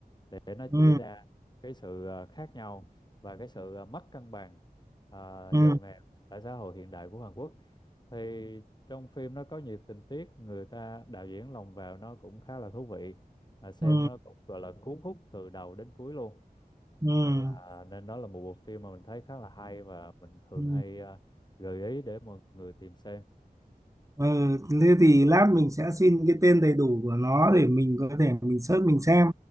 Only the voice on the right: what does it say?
ừ,
ừ,
ừ,
ừ,
ừ.
Ờ, thế thì lát mình sẽ xin cái tên đầy đủ của nó để mình có thể mình search mình xem.